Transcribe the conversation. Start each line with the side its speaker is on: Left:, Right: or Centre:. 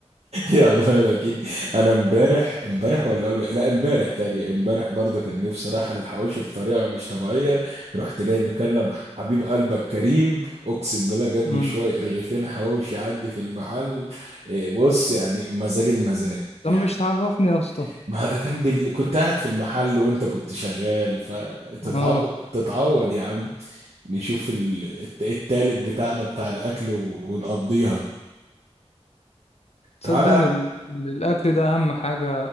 Right: يلا لكن انا امبارح امبارح ولا أول... لا امبارح تاني امبارح برضه كان نفسي رايحه للحواوشي بطريقه مش طبيعيه رحت جاي بكلم حبيب قلبك كريم اقسم بالله جاب
Left: مم.
Right: لي شويه رغيفين حواوشي عندي في المحل إيه، بص يعني مزاج المزاج
Left: طب
Right: يعني
Left: مش تعرفني يا اسطى
Right: ما ده كان بال... كنت قاعد في المحل وانت كنت شغال فتتعود
Left: اه
Right: تتعود يا عم نشوف ال... الت- التالت بتاعنا بتاع الاكل و... ونقضيها
Left: تصدق
Right: تعالى
Left: ان ال- ال- الاكل ده اهم حاجه